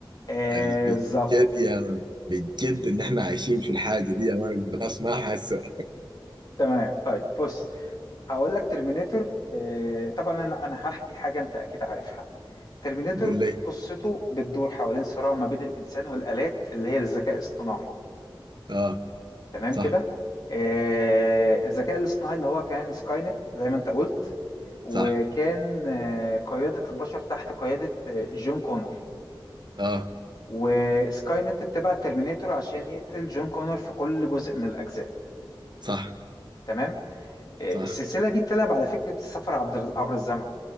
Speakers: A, on the left; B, on the right.
A: آه
B: ال- بجد
A: بالظبط
B: يا مان بجد ان احنا عايشين في الحاجة دي يا مان الناس ما حاسة
A: تمام طيب بص هقول لك ترمينيتور آه، طبعا انا انا هحكي حاجه انت اكيد عارفها ترمينيتور
B: قول لي
A: قصته بتدور حوالين صراع ما بين الانسان والالات اللي هي الذكاء الاصطناعي
B: اه
A: تمام
B: صح
A: كده آه، الذكاء الاصطناعي اللي هو كان سكاي نت زي ما انت قلت وكان
B: صح
A: آه، قياده البشر تحت قياده آه، جون كونر
B: اه
A: وسكاي نت اتبع الترمينيتور عشان يقتل جون كونر في كل جزء من الاجزاء
B: صح
A: تمام آه،
B: صح
A: السلسله دي بتلعب على فكره السفر عبر عبر الزمن